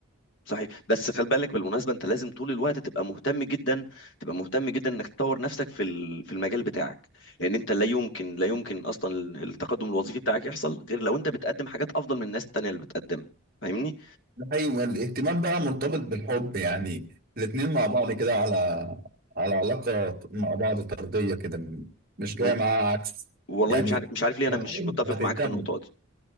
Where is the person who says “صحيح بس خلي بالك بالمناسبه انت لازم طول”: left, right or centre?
Left